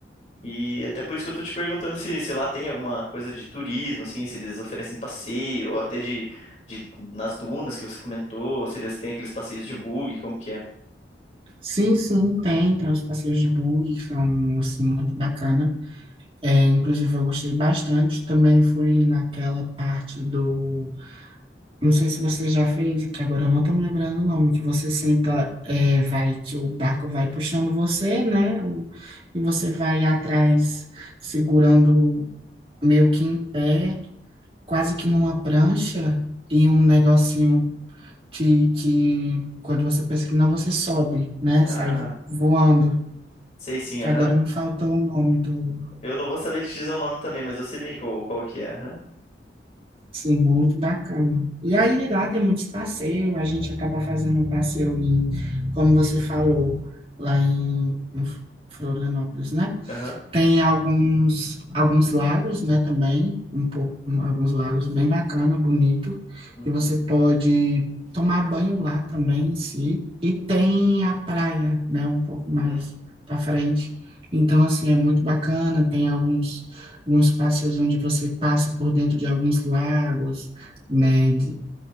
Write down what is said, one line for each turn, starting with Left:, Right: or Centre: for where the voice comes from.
Left: E até por isso que eu tô te perguntando se, se lá tem alguma coisa de turismo, assim, se eles oferecem passeio, ou até de, de nas dunas que você comentou, se eles têm aqueles passeios de bug, como que é.
Right: Sim, sim, tem, tem os passeios de buggy que são, assim, muito bacana. É, inclusive, eu gostei bastante. Também fui naquela parte do... Não sei se você já fez, que agora eu não tô me lembrando o nome, que você senta, é, vai, que o barco vai puxando você, né? O, e você vai atrás segurando meio que em pé, quase que numa prancha, e um negocinho que, que quando você pensa que não, você sobe, né?
Left: Ah,
Right: Sai voando.
Left: sei sim, aham.
Right: Agora me faltou o nome do.
Left: Eu não vou saber te dizer o nome também, mas eu sei bem qual, qual que é, aham.
Right: Sim, muito bacana. E aí lá tem muitos passeios, a gente acaba fazendo um passeio em, como você falou, lá em, em Florianópolis, né?
Left: Aham.
Right: Tem alguns, alguns lagos, né, também, um pouco, um- alguns lagos bem bacana, bonito,
Left: Uhum.
Right: que você pode tomar banho lá também em si. E tem a praia, né, um pouco
Left: Uhum.
Right: mais para frente. Então, assim, é muito bacana, tem alguns, alguns passeios onde você passa por dentro de alguns lagos, né, de-